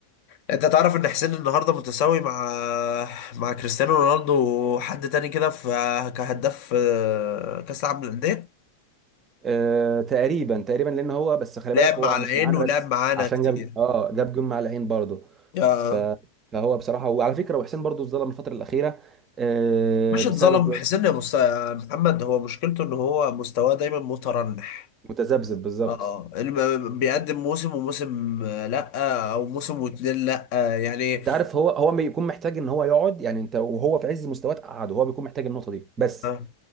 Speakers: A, on the left (about 45°); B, on the right (about 25°).
A: انت تعرف ان حسين النهارده متساوي مع مع كريستيانو رونالدو وحد تاني كده في كهداف آه، كاس العالم للانديه
B: آه تقريبا تقريبا لان هو بس خلي
A: لعب
B: بالك هو
A: مع العين
B: مش معانا
A: ولعب
B: بس
A: معانا
B: عشان
A: كتير
B: جاب اه جاب جون مع العين برضه
A: آه،
B: ف... فهو بصراحه وعلى فكره وحسين برضه اتظلم الفتره الاخيره آه
A: مش
B: بسبب
A: اتظلم حسين يا مست- يا محمد هو مشكلته ان هو مستواه دايما مترنح
B: متذبذب بالظبط
A: اه الم- بيقدم موسم وموسم آه، لا او موسم واتنين لا آه، يعني
B: انت عارف هو هو بيكون محتاج ان هو يقعد يعني انت وهو في عز مستواه تقعده هو بيكون محتاج النقطه دي بس
A: آه،